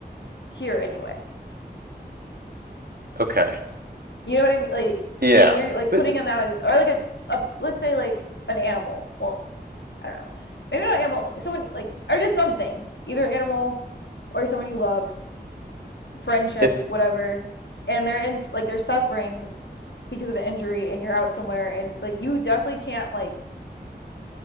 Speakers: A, on the left; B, on the right.
A: here anyway.
B: Okay.
A: You know what I mean? Like,
B: Yeah.
A: and you're like
B: But
A: putting them out, or like a, a let's say like an animal. Well, I don't know. Maybe not an animal. Someone like, or just something. Either animal or someone you love, friendship,
B: if,
A: whatever. And they're in like they're suffering because of an injury, and you're out somewhere, and it's like you definitely can't like